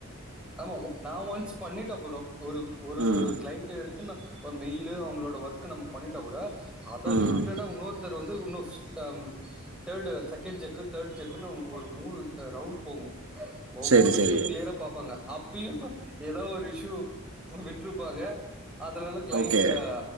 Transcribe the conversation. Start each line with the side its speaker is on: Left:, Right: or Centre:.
Centre: ஆமாங்க நா ஒன்ஸ் பண்ணிட்டாப் புரோ ஒரு ஒரு
Right: ம்
Centre: கிளைண்ட்டு எடுத் துனா ஒரு மெய்லு அவுங்களோட ஒர்க்க நம்ம பண்ணிட்டா கூட அத
Right: ம்
Centre: ரிப்பீட்டடா உன்னொருத்தர் வந்து உன்னொ தம் தேர்டு சகெண்ட் செக்கு தேர்ட் செக்குன்னு ஒரு மூணு அ ரவுண்ட் போவோ ஒவ்வொன்னத்தையு
Right: சரி சரி
Centre: கிளியரா பாப்பாங்க அப் ப்பயு சோ எதோ ஒரு இஷ்யூ ஒன்னு விட்ருப்பாங்க அதனால கிளைண்ட்டு
Right: ஓகே
Centre: ஆ